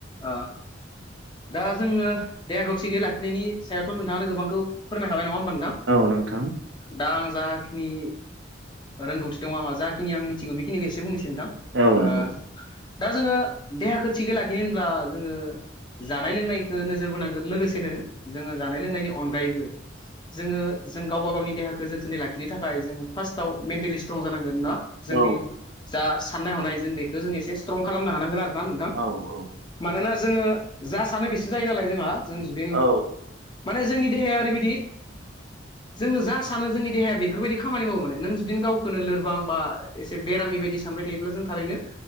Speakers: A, on the left; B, on the right.
A: आ दा जोङो देहाखौ थिगै लाखिनायनि सायावथ' नोंथाङानो गोबांखौ फोरमायखाबाय नङा थां
B: औ नोंथां
A: दा आं जाखिनि रोंगौथि दं आंहा जाखिनि आं मिथिगौ बेखिनिखौ एसे बुंनोसै नोंथां
B: औ नंगौ।
A: ओ दा जोङो देहाखौ थिगै लाखिनो होनब्ला जोङो जानाय लोंनायखो नोजोर बोनांगोन। लोगोसेनो जोङो जानाय लोंनायनि अनगायैबो जोङो जों गावबा गावनि देहाखौ जोथोनै लाखिनो थाखाय जों फार्स्टआव मेन्टेलि स्ट्रं जानांगोन ना जोंनि
B: औ
A: जा साननाय हनाय जों बेखौ जों एसे स्ट्रं खालामनो हानांगोन आरो ना नोंथां।
B: औ
A: मानोना जोङो जा सानो बेसो जायो नालाय जोंहा जों जुदिन
B: औ औ
A: माने जोंनि देहाया ओरैबायदि जोङो जा सानो जोंनि देहाया बेफोर बायदि खामानि मावो मोने नों नों जुदिनो गावखौनो लोरबां बा एसे बेरामि बायदि सानबाय थायोब्ला जों थारैनो